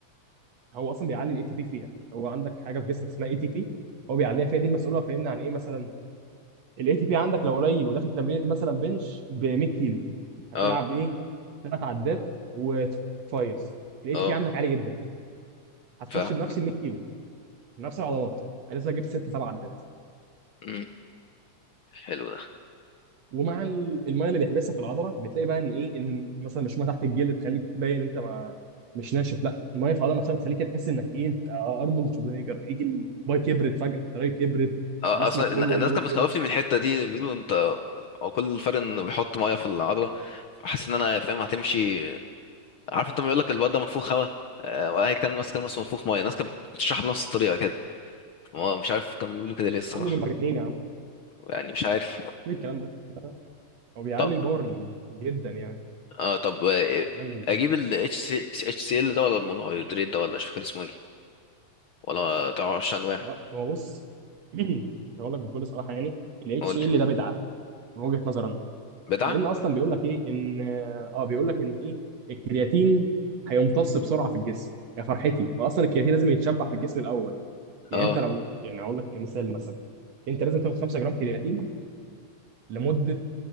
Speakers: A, on the right; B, on the left.
A: هو اصلا بيعلي الاي تي بي فيها هو عندك حاجه في جسمك اسمها اي تي بي هو بيعليها فيها دي المسؤوله فهمنا عن ايه مثلا الاي تي بي عندك لو قليل وداخل تمرين مثلا بنش ب 100 كيلو هتلعب
B: اه
A: ايه ثلاث عدات وتفيص الاي
B: اه
A: تي بي عندك عالي جدا هتخش
B: فاهم
A: بنفس ال 100 كيلو بنفس العضلات لسه جبت ست سبع عدات
B: امم حلو ده
A: ومع ال- الميه اللي بيحبسها في العضله بتلاقي بقى ان ايه ان مثلا مش ميه تحت الجلد تخليك تبين انت ما مش ناشف لا الميه في العضله نفسها بتخليك كده تحس انك ايه انت ارنولد شوزنيجر يجي الباي كبرت فجاه التراي كبرت
B: آه،
A: جسمك
B: اصلا
A: كله
B: الن- الناس
A: اوفرول
B: كانت بتخوفني
A: كبر
B: من الحته دي بيقولوا انت هو كل الفرق انه بيحط ميه في العضله حاسس ان انا فاهم هتمشي عارف انت ما بيقول لك الواد ده منفوخ هوا آه، وهي كان ماسك ماسك منفوخ ميه الناس كانت بتشرح بنفس الطريقه كده هو مش عارف كانوا بيقولوا كده ليه الصراحة
A: يا عم دول مجانين يا عم
B: يعني مش عارف
A: في الكلام ده هو بيعلي
B: طب
A: الباور جدا يعني
B: اه طب آه،
A: انت فاهم
B: اجيب ال HC HCl ده ولا المونوهيدرات ده ولا مش فاكر اسمه ايه ولا تعرفش انواع
A: اه هو بص <clears throat> هقول لك بكل صراحه يعني الاتش
B: قول
A: سي
B: لي.
A: ال ده بدعه من وجهه نظري انا
B: بدعة
A: لان اصلا بيقول لك ايه ان اه بيقول لك ان ايه الكرياتين هيمتص بسرعه في الجسم يا فرحتي واصلا الكرياتين لازم يتشبع في الجسم الاول يعني
B: اه
A: انت لو يعني هقول لك مثال مثلا انت لازم تاخد 5 جرام كرياتين لمده